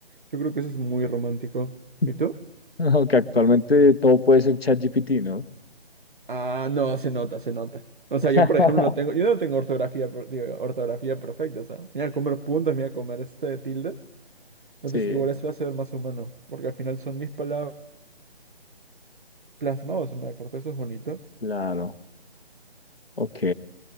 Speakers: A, on the right; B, on the left.
A: yo creo que eso es muy romántico.
B: <laughs>
A: ¿Y tú?
B: Aunque actualmente todo puede ser ChatGPT, ¿no?
A: Ah, no, se nota, se nota. O sea,
B: <laughs>
A: yo por ejemplo no tengo, yo no tengo ortografía, per- digo, ortografía perfecta, o sea, me voy a comer puntos, me voy a comer este tildes. Entonces,
B: Sí,
A: igual eso lo hace ver más humano, porque al final son mis palabras plasmados en una carta, eso es bonito.
B: claro. Ok.